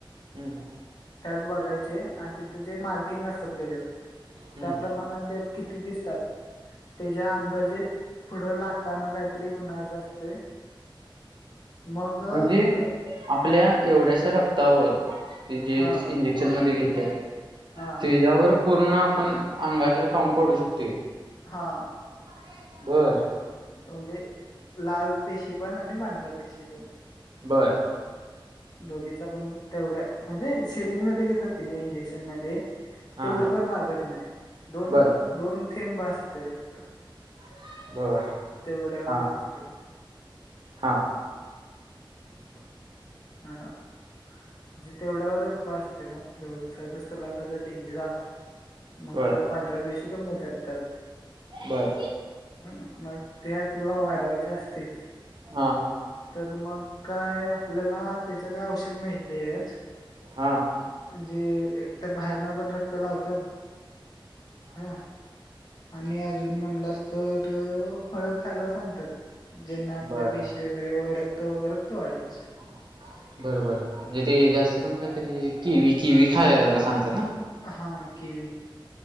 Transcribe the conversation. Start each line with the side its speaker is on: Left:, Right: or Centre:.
Right: हम्म
Left: <inaudible> त्यात, द्यायचे आण तिथ जे मार्किंग असतात त्याच्यात, <inaudible>
Right: हम्म
Left: त्याप्रमाण त्या किती दिसतात. <inaudible> <inaudible> त्याच्या अंदाजेत <inaudible> पुढं लाखान काहीतरी गुन्हायचं असतय, ते <inaudible> मग
Right: म्हणजे
Left: क <inaudible>
Right: आपल्या एवढ्याशा रक्तावर <inaudible> ते जे
Left: हा
Right: इंजेक्शन मध्ये घेतात <inaudible>
Left: हा
Right: त्याच्यावर, पूर्ण आपण अंगातला काउंट काढू शकतोय.
Left: <inaudible> हा <inaudible>
Right: <unintelligible> बर,
Left: म्हणजे <inaudible> लाल पेशी पण आणि भांढरा पेशी पण, <inaudible>
Right: <inaudible> बर, <inaudible>
Left: दोन्हीचा पण तेवढा म्हणजे सिरेंज मध्ये घेतात ती नाही इंजेक्शन मध्ये, <inaudible>
Right: हा
Left: तेवढं पण लागत नाही <inaudible> दोन
Right: बर
Left: दोन थेंब भासत लत <inaudible>
Right: <inaudible> बर,
Left: तेवढ्यावर
Right: हा
Left: मोस्तात, <inaudible>
Right: <inaudible> हा- <inaudible>
Left: <unintelligible> हा म्हणजे तेवढ्यावरच बास होते मग समज तुला आता जर डडेंगू झाला. <inaudible> मग
Right: बर
Left: पांढऱ्या पैसे कमी होते आ त्याात,
Right: बर
Left: <inaudible> <inaudible> ह मग ते तुला वाढवायचे असतील, <inaudible>
Right: हा
Left: तर मग काय आपल्याला त्याच काय औषध मिळतयच, <inaudible>
Right: <inaudible> हा <inaudible>
Left: जे एकतर बाहेर ना पण रक्त लावतात. <inaudible> हा- <inaudible> <inaudible> आणि अजून म्हणलास तरं फळ खायला सांगतात. ज्यांना आपल्या
Right: बर
Left: पेशी वगैरे व रक्त व रक्त वाढेल असं
Right: <inaudible> बरोबर म्हणजे ते जास्त करून, तरी किवी किवी खायला सांगतात ना
Left: <inaudible> हा केवी, <inaudible>